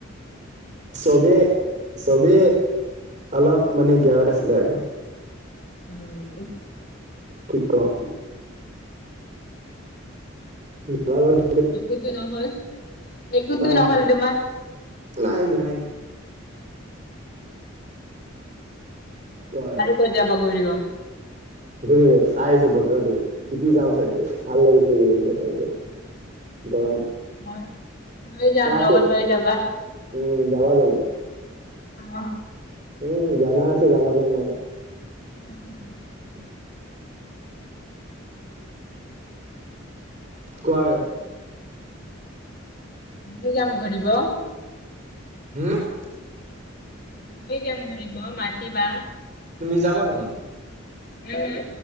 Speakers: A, on the right (about 40°); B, on the left (about 45°).
A: চবেই চবেই অলপ মানে গিয়াৰত আছিলে আৰু
B: <inaudible>
A: কি কম? নোৱাৰা হৈ গলো।
B: একোটো নহ'ল। একোটো
A: নাই
B: নহ'ল তোমাক
A: নাই নাই কোৱা
B: আৰু ক'ত যাবা গৈ দিব
A: উ চাই আছো বতৰটো তিতি যাও চাগে ভাল লাগিছে এই বতৰটো। গৰম।
B: মই লৈ যাম
A: এটা আছে
B: লগত লৈ যাবা
A: উম যাবা জানো?
B: অ,
A: উম জানা আছে যাবা নে নাই
B: <inaudible>
A: <inaudible> কোৱা আৰু
B: ঘৰলে যাম ঘূৰিব।
A: উম
B: মইয়ো যাম ঘূৰিব মাতিবা
A: তুমি যাবা জানো।
B: উম